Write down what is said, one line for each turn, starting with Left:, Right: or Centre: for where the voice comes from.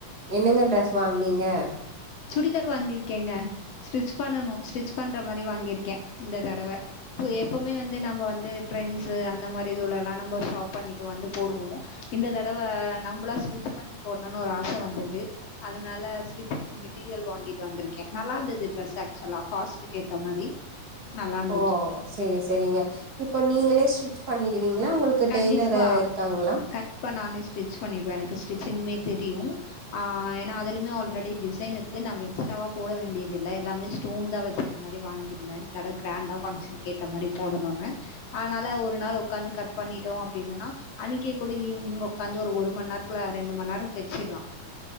Right: என்னங்க ட்ரெஸ் வாங்னிங் க
Left: சுடிதார் வாங்கிருக்கேங்க ஸ்டிச் பண்ணனும் ஸ்டிச் பண்ற மாரி வாங்கிருக்கே இந்த தடவ பு எப்வுமே வந்து நம்ம வந்து ட்ரெண்சு அந்த மாரி சூலலா நம்ம ஷாப் பண்ணிட்டு வந்து போடுவோம் இந்த தடவ நம்பளா ஸ்டிச் பண்ணி போடணுனு ஒரு ஆச வந்தது அதனால ஸ்டிச்சிங் மெட் டிரியல் வாங்கிட் வந்திருக்கே நல்லாருந்தது டிரெஸ் ஆக்சுவலா காஸ்ட்டுக்கு ஏத்த மாரி நல்லா இருந்துச்சு
Right: ஓ சேரி சேரிங்க இப்ப நீங்களே ஸ்டிச் பண்ணிடுவி ங்ளா உங்ளுக்கு
Left: கண்டிப்பா
Right: டெய்லரு இருக்காங்ளா
Left: கண்டிப்பா நானே ஸ்டிச் பண்ணிடுவே எனக்கு ஸ்டிச்சிங்மே தெரியு ஆ ஏனா அதலுமே ஆல்ரெடி டிசைன் இருக்கு நம்ம எக்ஸ்ட்ராவா போட வேண்டியதில்ல எல்லாமே ஸ்டோன்தா வச்ச மாரி வாங்கிருந்தே இந்ததடவ க்ராண்டா பங்ஷன்கேத்த மாரி போடணுனு அதனால ஒரு நாள் உக்காந்து கட் பண்ணிட்டோ அப்டின்னா அன்னைக்கே கூட ஈவ்னிங் உக்காந்து ஒரு ஒரு மண் நேரத்ல ரெண்டு மண் நேரம் தச்சிலாம்